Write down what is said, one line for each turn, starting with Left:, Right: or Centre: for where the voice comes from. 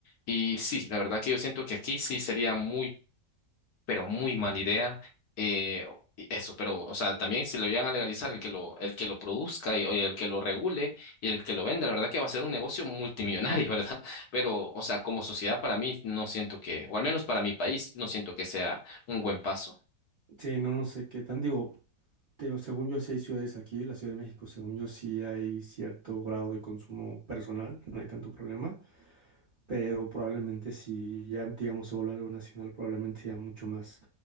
Left: Y sí, la verdad que yo siento que aquí sí sería muy pero muy mala idea. eh, y eso, pero, o sea, también si lo llegan a legalizar, el que lo, el que lo produzca y, oye, el que lo regule y el que lo venda, la verdad que va a ser un negocio multimillonario, <laughs> ¿verdad? Pero, o sea, como sociedad para mí no siento que, o al menos para mi país, no siento que sea un buen paso.
Right: Sí, no, no sé qué tan. Digo, te digo, según yo sí hay ciudades aquí, la Ciudad de México, según yo sí hay cierto grado de consumo personal, no hay tanto problema. pero probablemente si ya, digamos, se vuelve algo nacional, probablemente sea mucho más